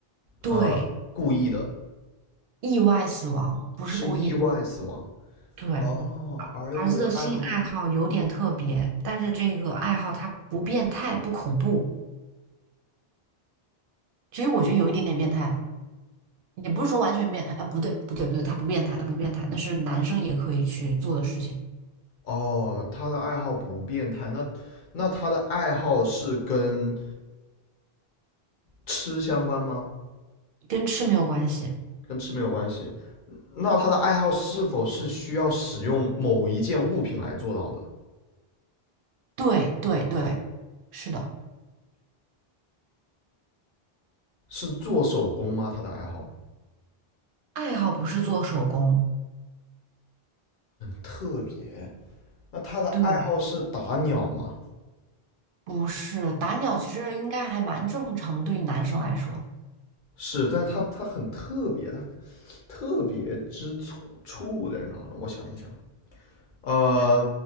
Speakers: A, on the right (about 65°); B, on the left (about 55°).
A: 对，
B: 呃故意的？
A: 意外死亡，不是故意的。
B: 是意外死亡。
A: 对，
B: 哦，儿子的爱好是
A: 儿子的新爱好有点特别，但是这个爱好它不变态，不恐怖。其实我觉得有一点点变态了。也不是说完全变态，哎，不对，不对，不对，他不变态，他不变态，那是男生也可以去做的事情，
B: 哦，他的爱好不变态，那那他的爱好是跟吃相关吗？
A: 跟吃没有关系。
B: 跟吃没有关系。那他的爱好是否是需要使用某一件物品来做到的？
A: 对，对，对，是的，
B: 是做手工吗？他的爱好
A: 爱好不是做手工，
B: 特别。那他的爱好是打鸟吗？
A: 对，不是打鸟，其实应该还蛮正常的，对于男生来说，
B: 是，但是他它很特别，它特别之处处在哪呢？我想一想，呃，
A: 他